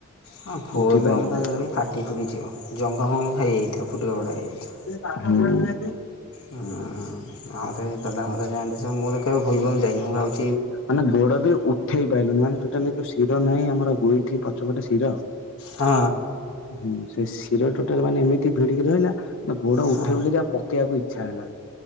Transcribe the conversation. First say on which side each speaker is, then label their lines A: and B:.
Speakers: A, on the left (about 75°); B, on the left (about 55°).
A: ହଁ ଭୁଲମ
B: ଉଠି ପାଇଲିନି।
A: ତେଲେ ଫାଟି ଫୁଟିଯିବ ଜଙ୍ଘମଙ୍ଗଳ ହୋଇଯାଇଥିବ ଫୁଟକାା ଫୁଡ଼ା ହେଇଯାଇଥିବ।
B: କି?
A: ହୁଁ ଆଉ ତ ଏଇ ଦାଦା ଭର ଯାଆନ୍ତି ସ ମୁଁ ତ କେ ଭଲ ଯାଇ ନ ଆଉ।
B: ମାନେ ଗୋଡ ବି ଉଠେଇ। ଛୋଟାଉ ଶିରହିଁମର ଗୁଇଠି ପଛପଟେ ଶିର
A: ହଁ।
B: ହୁଁ ସେ ଶିର ଟୋଟାଲ ମାନେ ଏମିତି ଭିଡିକି ଧହିଲା। ନା ଗୋଡ ଉଠେଇବ
A: ହଁ
B: ଯି ଆଉ ପକେଇବାକୁଇଛା। ଇଚ୍ଛା ହେଲାଣି।